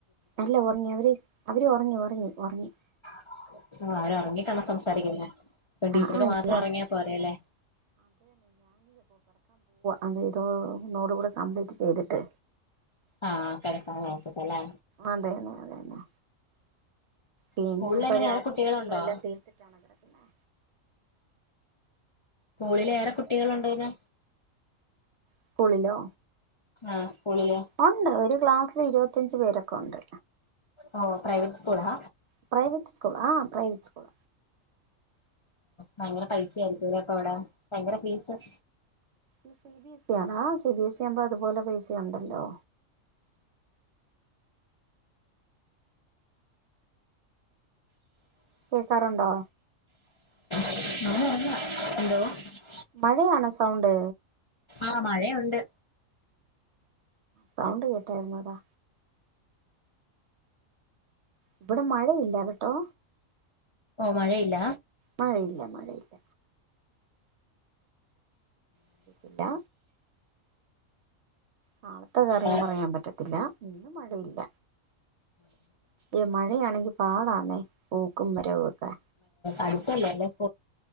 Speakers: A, on the right; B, on the left.
A: അല്ല ഉറങ്ങി അവർ ഉറങ്ങി ഉറങ്ങി ഉറങ്ങി ഉറങ്ങി.
B: <inaudible> അവർ ഉറങ്ങിയിട്ട് വേണം സംസാരിക്കാൻ ലേ ഇനി ടീച്ചർക്ക്
A: ആ
B: മാത്രം
A: ആ
B: ഉറങ്ങിയാ പോരെ ലേ
A: അതേതോ ഇതും കൂടെ കംപ്ലീറ്റ് ചെയ്തിട്ട്
B: ആ കിടക്കാൻ നേരത്ത്തത് ലേ
A: അതന്നെ അതന്നെ. പിന്നെ
B: സ്കൂളിൽ
A: പ്പോ
B: എങ്ങനെയാ
A: രാത്രി
B: ഏറെ കുട്ടികളുണ്ടോ
A: പണികളെല്ലാം തീർത്തിട്ടാണല്ലോ
B: സ്കൂളിൽ ഏറെ കുട്ടികളുണ്ടോന്ന്
A: സ്കൂളിലോ?
B: ആഹ് സ്കൂളില്
A: ഉണ്ട് ഒരു ക്ലാസ്സിൽ ഇരുപത്തഞ്ചു പേരൊക്കെ ഉണ്ട്.
B: ഓ പ്രൈവറ്റ് സ്കൂളാ
A: പ്രൈവറ്റ് സ്കൂൾ ആ പ്രൈവറ്റ് സ്കൂൾ
B: ഭയങ്കര പൈസ ആയിരിക്കും ലേ അപ്പൊ അവിടെ ഭയങ്കര ഫീസ്
A: ആ സി ബി എസ് സി ആകുമ്പോ അത് പോലെ പൈസ ഉണ്ടല്ലോ കേക്കാറുണ്ടോ
B: ഞാൻ ഇറങ്ങാ എന്തോ
A: മഴയാണോ സൗണ്ട്
B: ആ മഴയുണ്ട്
A: സൗണ്ട് കേട്ടായിരുന്നെടാ? ഇവിടെ മഴയില്ല കേട്ടോ
B: ഓ മഴയില്ല
A: മഴയില്ല മഴയില്ല എന്താ നാളത്തെ കാര്യം
B: ആഹ്
A: പറയാൻ പറ്റില്ല ഇല്ല ഇന്ന് മഴയില്ല ഈ മഴയാണെങ്കിൽ പാടണെ പോക്കും വരവൊക്കെ
B: അടുത്തല്ലേ <inaudible>